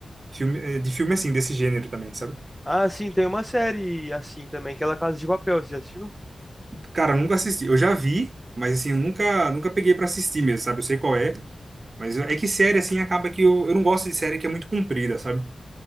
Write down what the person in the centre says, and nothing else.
Ah, sim, tem uma série assim também, que é La Casa de Papel, você já assistiu?